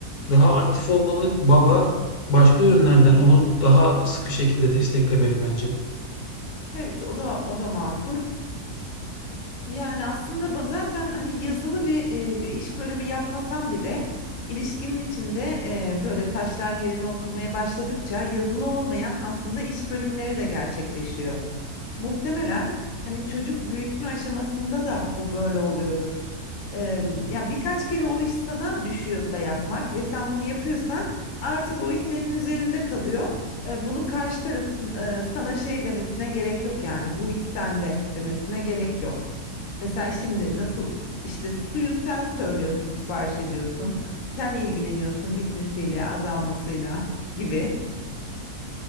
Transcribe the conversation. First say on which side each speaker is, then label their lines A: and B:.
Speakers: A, on the left; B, on the left.
A: daha aktif olmalı baba başka yönlerden onu daha sıkı şekilde desteklemeli bence.
B: evet o da o da makul. Yani aslında ba- zaten hani yazılı bir e, iş bölümü yapmasam bile ilişkinin içinde e, böyle taşlar yerine oturmaya başladıkça yazılı olmayan aslında iş bölümleri de gerçekleşiyor. Muhtemelen hani çocuk büyütme aşamasında da bu böyle oluyordur. E, ya birkaç kere o iş sana düşüyorsa yapmak ve sen bunu yapıyorsan artık o iş senin üzerinde kalıyor. E, bunu karşı tarafın e, sana şey demesine gerek yok yani bu iş sende demesine gerek yok. Mesela şimdi nasıl işte suyu sen söylüyorsun, sipariş ediyorsun. Sen ilgileniyorsun bitmesiyle, azalmasıyla gibi.